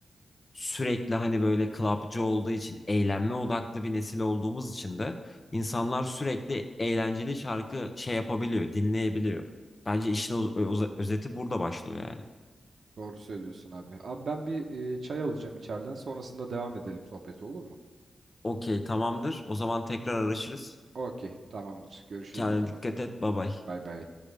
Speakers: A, on the left; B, on the right.
A: sürekli hani böyle clubcı olduğu için eğlenme odaklı bir nesil olduğumuz için de insanlar sürekli eğlenceli şarkı şey yapabiliyor, dinleyebiliyor. Bence işin o- o- özeti burada başlıyor yani.
B: Doğru söylüyorsun abi. Abi ben bir e, çay alacağım içeriden. Sonrasında devam edelim sohbeti olur mu?
A: Okey, tamamdır. O zaman tekrar araşırız.
B: Okey, tamamdır. Görüşürüz
A: Kendine
B: o zaman.
A: dikkat et. Bye bye.
B: Bay bay.